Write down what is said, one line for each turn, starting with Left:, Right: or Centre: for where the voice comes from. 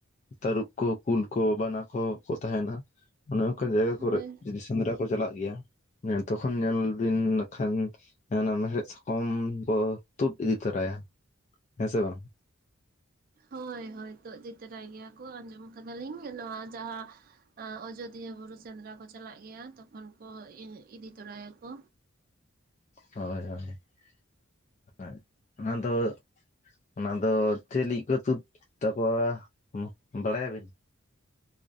Left: ᱛᱟᱹᱨᱩᱵ ᱠᱚ ᱠᱩᱞ ᱠᱚ ᱵᱟᱱᱟ ᱠᱷᱚ ᱠᱚ ᱛᱟᱦᱮᱸᱱᱟ ᱚᱱᱮ ᱚᱱᱠᱟᱱ ᱡᱟᱭᱜᱟ
Right: ᱦᱳᱭ
Left: ᱠᱚᱨᱮ ᱡᱩᱫᱤ ᱥᱮᱸᱫᱽᱨᱟ ᱠᱚ ᱪᱟᱞᱟᱜ ᱜᱮᱭᱟ, ᱧᱮᱞ ᱛᱚᱠᱷᱚᱱ ᱧᱮᱞ ᱵᱤᱱ ᱱᱟᱠᱷᱟᱱ ᱦᱮᱸ ᱚᱱᱟ ᱢᱮᱲᱦᱮᱫ ᱥᱟᱠᱚᱢ ᱠᱚ ᱛᱩᱫ ᱤᱫᱤ ᱛᱚᱨᱟᱭᱟ᱾ ᱦᱮᱸ ᱥᱮ ᱵᱟᱝ?
Right: ᱦᱳᱭ ᱦᱳᱭ ᱛᱳᱫ ᱤᱫᱤ ᱛᱚᱨᱟᱭ ᱜᱮᱭᱟ ᱠᱚ ᱟᱸᱡᱚᱢ ᱠᱟᱫᱟᱞᱤᱧ, ᱱᱚᱣᱟ ᱡᱟᱦᱟᱸ ᱚᱡᱳᱫᱤᱭᱟᱹ ᱵᱩᱨᱩ ᱥᱮᱸᱫᱽᱨᱟ ᱠᱚ ᱪᱟᱞᱟᱜ ᱜᱮᱭᱟ ᱛᱚᱠᱷᱚᱱ ᱠᱚ ᱤᱫᱤ ᱛᱚᱨᱟᱭᱟᱠᱚ᱾
Left: ᱦᱳᱭ ᱦᱳᱭ, ᱚᱱᱟ ᱫᱚ ᱚᱱᱟ ᱫᱚ ᱪᱮᱫ ᱞᱤᱜᱤᱜ ᱠᱚ ᱛᱩᱫ ᱛᱟᱠᱚᱣᱟ ᱩᱸ ᱵᱟᱲᱟᱭᱟᱵᱤᱱ?